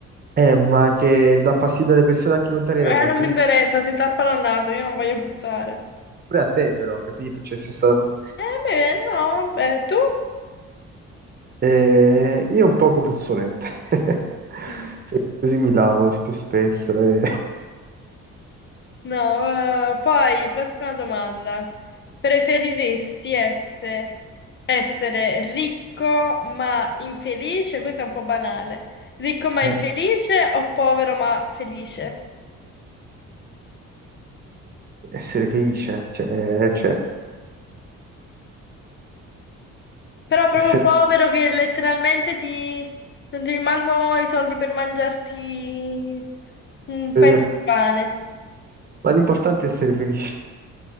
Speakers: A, on the right; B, on the left.
A: Eh, eh, ma che dà fastidio alle persone anche lontane
B: Eh,
A: da te,
B: non
A: quindi
B: mi interessa, si tappano il naso, io non voglio puzzare.
A: pure a te però, capito? Cioè, sei stato...
B: Eh, beh, no, vabbè, tu?
A: Eh, io un poco puzzolente, <laughs>
B: Mm.
A: Perché così mi lavo più spesso e...
B: No, eh, poi prossima domanda. Preferiresti essere, essere ricco ma infelice? Questo è un po' banale. Ricco ma
A: <laughs>
B: infelice o povero ma felice?
A: essere felice, cioè, eh, cioè,
B: Però proprio
A: essere-
B: povero che letteralmente ti... non ti rimangono i soldi per mangiarti un
A: eh,
B: pezzo di pane.
A: ma l'importante è essere felici. <laughs>